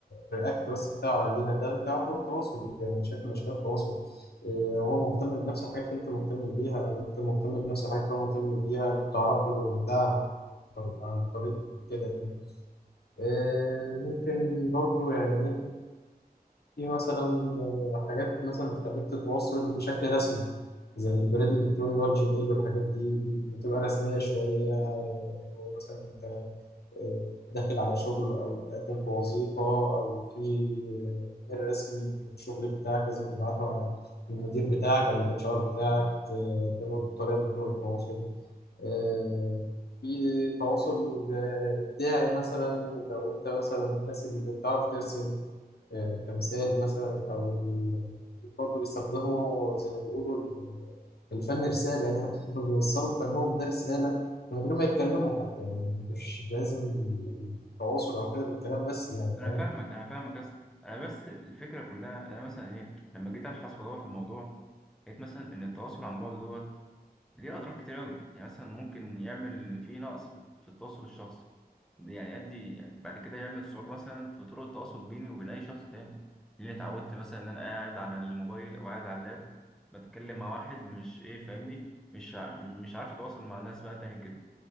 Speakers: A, on the left (about 75°); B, in the centre.
A: الرياكت بس بتاعه عليها ده ده يعتبر تواصل يعني شكل من اشكال التواصل آه، وهو مهتم بنفس الحاجات اللي انت مهتم بيها او انت مهتم بنفس الحاجات اللي هو مهتم بيها انتوا بتعرفوا ده عن طريق عن طريق كده يعني. آه، ممكن برضو يعني إيه في مثلا آه، حاجات مثلا بتخليك تتواصل بشكل رسمي زي البريد الإلكتروني اللي هو الجيميل والحاجات دي بتبقى رسمية شوية آه، اللي هو مثلا أنت آه، داخل على شغل أو بتقدم في وظيفة أو في آه، ميل رسمي الشغل بتاعك لازم تبعته على المدير بتاعك أو الاتش ار بتاعك آه، ده برضه طريقة من طرق التواصل آه، في تواصل آه، إبداعي مثلا لو أنت مثلا الناس اللي بتعرف ترسم آه، كمثال مثلا أو ال- برضه بيستخدموا زي ما بيقولوا ال- ال- الفن رسالة يعني <laughs> إنه بيوصلوا فنهم ده رسالة من غير ما يتكلموا حتى يعني مش لازم التواصل أو كده بالكلام بس يعني
B: انا
A: فاهم؟
B: فاهمك انا فاهمك بس انا بس الفكره كلها إن انا مثلا ايه لما جيت ابحث وادور في الموضوع لقيت مثلا ان التواصل عن بعد دوت ليه اضرار كتير قوي يعني مثلا ممكن يعمل فيه نقص في في التواصل الشخصي ده يعني يؤدي يعني بعد كده يعمل صعوبه مثلا في طرق التواصل بيني وبين اي شخص تاني لاني اتعودت مثلا ان انا قاعد على الموبايل او قاعد على اللاب بتكلم مع واحد مش ايه فاهمني مش ع- مش عارف اتواصل مع الناس بقى تاني كده